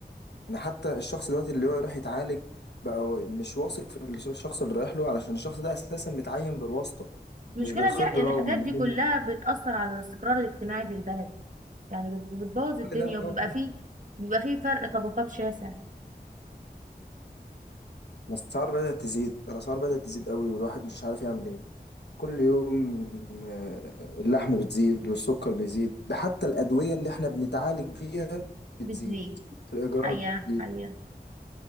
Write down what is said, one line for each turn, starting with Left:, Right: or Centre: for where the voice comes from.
Left: يعني حتى الشخص دلوقتي اللي هو يروح يتعالج بقى هو مش واثق في الشخص اللي رايح له علشان الشخص ده اساسا متعين بالواسطه
Right: المشكلة
Left: مش بالخبره
Right: دي الحاجات
Left: ومعمول
Right: دي كلها
Left: له
Right: بتأثر على الاستقرار الاجتماعي في البلد يعني بت- بتبوظ
Left: كل
Right: الدنيا
Left: ده
Right: وبيبقى
Left: اه طبعا
Right: فيه بيبقى فيه فرق طبقات شاسع
Left: الاسعار بدات تزيد الاسعار بدات تزيد قوي والواحد مش عارف يعمل ايه كل يوم آه، اللحم بتزيد والسكر بيزيد ده حتى الأدوية اللي احنا بنتعالج بيها بتزيد
Right: بتزيد
Left: الإيجارات
Right: حقيقة
Left: بتزيد
Right: حقيقة